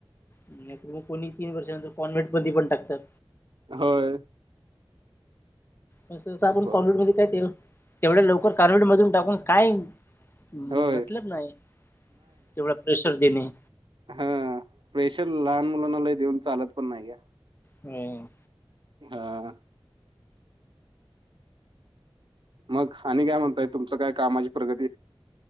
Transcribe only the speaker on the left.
नाही तर मग कोणी तीन वर्षांनंत कॉन्व्हेंटमध्ये पण टाकतात.
तसं तसं आपण
कॉन्व्हेंटमध्ये काय ते तेवढ्या लवकर कॉन्व्हेंट मधून टाकून काय हम्म
मतलब नाही तेवढा प्रेशर देणे.
हम्म.